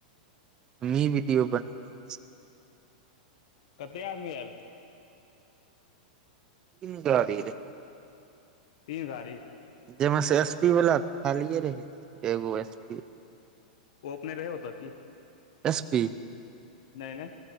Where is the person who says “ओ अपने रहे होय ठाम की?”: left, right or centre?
Left